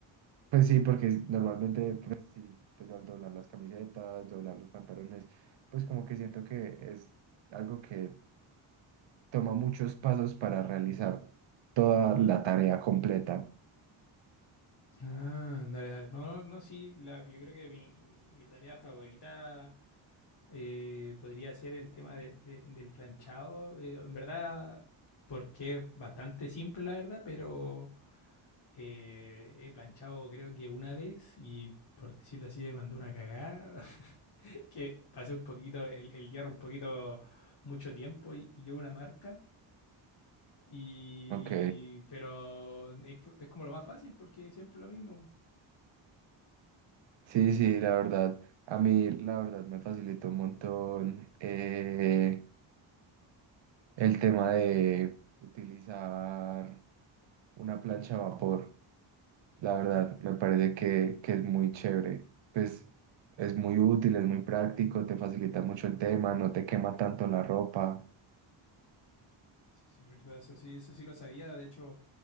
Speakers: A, on the right (about 65°); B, on the left (about 55°).
A: pues sí, porque es- normalmente, pues sí, pues al doblar las camisetas, doblar los pantalones, pues como que siento que es algo que toma muchos pasos para realizar toda
B: Ujú.
A: la tarea completa.
B: Ah, dale, dale. No, no, no, sí, la- yo creo que mi, mi- mi tarea favorita eh, podría ser el tema de- de- del planchado. Eh, en verdad, porque es bastante simple, la verdad, pero eh, he planchado creo que una vez y por decirlo así me mandó una cagada. <laughs> que pasé un poquito el, el hierro un poquito mucho tiempo y, y llevo una marca. Y
A: Ok.
B: pero es, que- es como lo más fácil porque siempre lo mismo.
A: Sí, sí, la verdad, a mí la verdad me facilitó un montón eh, el tema de utilizar una plancha a vapor. La verdad, me parece que, que es muy chévere. Pues es muy útil, es muy práctico, te facilita mucho el tema, no te quema tanto la ropa.
B: Sí, sí, es verdad, eso sí, eso sí lo sabía. De hecho,